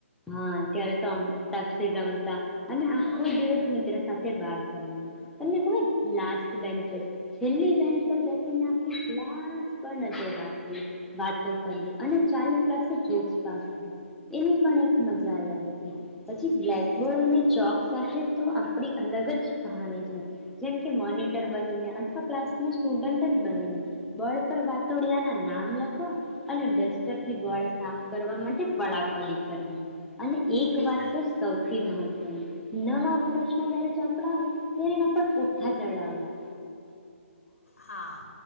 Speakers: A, in the centre; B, on the left.
A: હા ત્યારે તો અંત્યાક્ષરી રમતા અને આખો દિવસ મિત્ર સાથે બાર ફનું તમને ખબર, લાસ્ટ બેચ છેલ્લી બેન્ચ પર બેસી આખી રાખવી વાતો કરવી. અને ચાલુ ક્લાસે જોક્સ પાસ કરવો એની પણ એક મજા જ્યાં લગત પછી
B: બિલ-
A: બ્લેકબોર્ડ અને ચોક સાથે તો આપણી અલગ જ કહાની છે. જેમ કે, મોનીટર બનીને અથવા ક્લાસના સ્ટુડન્ટ જ બનીને બોડ પર વાતોળિયાના નામ લખવા અને ડસ્ટરથી બોર સાફ કરવા માટે પળાપડી કરવી. અને એક
B: બિ-
A: વાત તો સૌથી સૌથી મહત્વની નવા વર્ષના જયારે ચોપડા આવે ત્યારે, એના પણ પુઠ્ઠા ચડાવવા.
B: હા,